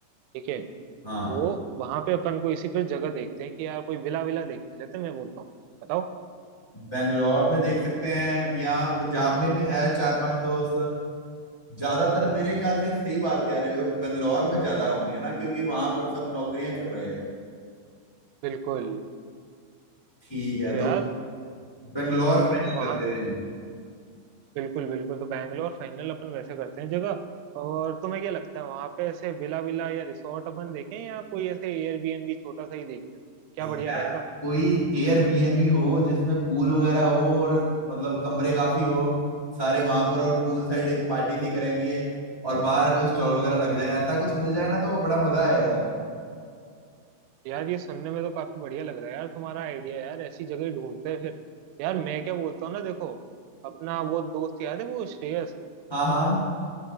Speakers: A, on the right; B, on the left.
A: ठीक है
B: हाँ
A: तो वहां पे अपन को इसी फिर जगह देखते हैं कि यार कोई विला विला देख लेते हैं मैं बोलता हूँ बताओ
B: बेंगलोर में देख सकते हैं यहाँ पंजाब में भी है चार पांच दोस्त ज्यादातर मेरे ख्याल से सही बात कह रहे हो बेंगलोर में ज्यादा होंगे है ना क्योंकि वहां पर सब नौकरियां कर रहे हैं
A: बिल्कुल
B: ठीक है
A: तो यार
B: तो बेंगलोर
A: आ,
B: फाइनल
A: तो वहाँ
B: कर रहे हैं
A: बिल्कुल बिल्कुल तो बैंगलोर फाइनल अपन वैसे करते हैं जगह और तुम्हें क्या लगता है वहाँ पे ऐसे विला विला या रिसोर्ट अपन देखें या कोई ऐसे एयरबीएनबी छोटा सा ही देखते हैं क्या
B: यार
A: बढ़िया रहेगा
B: कोई एयरबीएनबी हो जिसमें पूल वगैरह हो और मतलब कमरे काफी हो सारे वहां पर और पूल साइड एक पार्टी सी करेंगे और बाहर कोई स्टॉल वगैरह लग जाए ऐसा कुछ मिल जाए ना तो बड़ा मजा आएगा
A: यार ये सुनने में तो काफी बढ़िया लग रहा है यार तुम्हारा आइडिया यार ऐसी जगह ही ढूंढते हैं फिर यार मैं क्या बोलता हूँ ना देखो अपना वो दोस्त याद है वो श्रेयस
B: हाँ हाँ